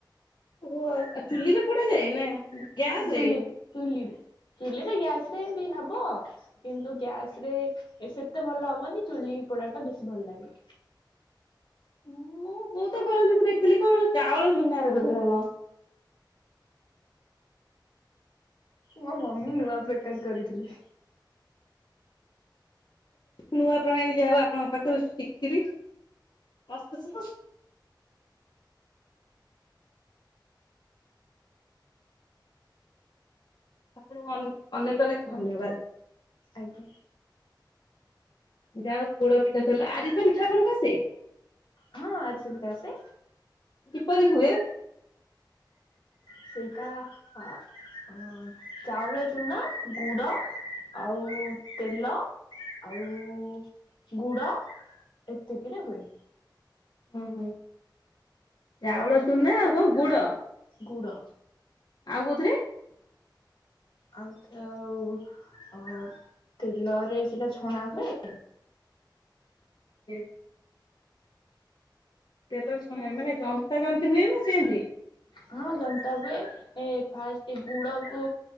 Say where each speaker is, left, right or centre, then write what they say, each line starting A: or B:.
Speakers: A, on the left; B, on the left.
A: ଓ ହୋ ଚୁଲିରେ ପୋଡା ଯାଏ ନା ଗ୍ୟାସ
B: ଚୁଲିରେ
A: ରେ?
B: ଚୁଲିରେ ଚୁଲିରେ ଗ୍ୟାସ ରେ ବି ହବ। କିନ୍ତୁ ଗ୍ୟାସ ରେ ସେତେ ଭଲ ହବନି। ଚୁଲି ପୋଡା ଟା ବେଶୀ ଭଲ ଲାଗେ।
A: <inaudible> <unintelligible> କରନ୍ତି ମୁଁ ଦେଖିଲି କଣ ଚାଉଳ ଚୁନା ରେ ବୋଧେ ନା କଣ?
B: ମୋ ମମି ନୂଆ ପିଠା କରିଥିଲେ।
A: ନୂଆ ପ୍ରଣାଳୀ ଯାହା ହଉ ଆପଣଙ୍କ ଶିଖିଲି। ମସ୍ତ। <unintelligible> ଆପଣଙ୍କୁ ଅନେକ ଅନେକ ଧନ୍ୟବାଦ।
B: ଆଜ୍ଞା।
A: ଯା ହଉ ପୋଡ ପିଠା ସାରିଲା। ଆରିସା ପିଠା ଆପଣଙ୍କୁ ଆସେ?
B: ହଁ ଆରିସା ପିଠା ଆସେ।
A: କିପରି ହୁଏ?
B: ସେଇଟା ଅ ଚାଉଳ ଚୁନା ଗୁଡ ଆଉ ତେଲ ଆଉ ଗୁଡ ଏତିକି ରେ ହୁଏ।
A: ଉଁ ହୁଁ। ଚାଉଳ ଚୁନା ଆଉ କଣ ଗୁଡ?
B: ଗୁଡ଼।
A: ଆଉ କୋଉଥିରେ?
B: ଆଉ ଏଥିରେ ଆଉ ତେଲରେ ସେଇଟା ଛଣା ହୁଏ।
A: <inaudible> ତେଲର ଛଣା ହୁ। ମାନେ ଜନ୍ତା ଜନ୍ତୀ ହୁଏ ନା ସେମିତି?
B: ହଁ ଜନ୍ତା ହୁଏ। ଏ ଫାଷ୍ଟ ଗୁଡ କୁ